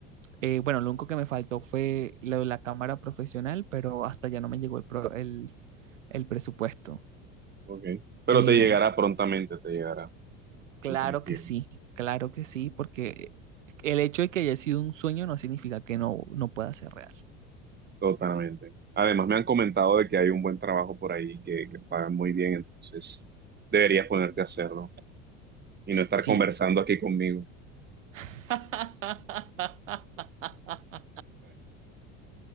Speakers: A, on the right; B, on the right.
A: Eh, bueno, lo único que me faltó fue lo de la cámara profesional, pero hasta ya no me llegó el, pro- el, el presupuesto.
B: Okay. Pero
A: Eh,
B: te llegará prontamente, te llegará.
A: Claro
B: Tú tranquilo.
A: que sí, claro que sí, porque el hecho de que haya sido un sueño no significa que no, no pueda ser real.
B: Totalmente. Además, me han comentado de que hay un buen trabajo por ahí que, que pagan muy bien, entonces deberías ponerte a hacerlo y no estar
A: Sí.
B: conversando aquí conmigo.
A: <laughs>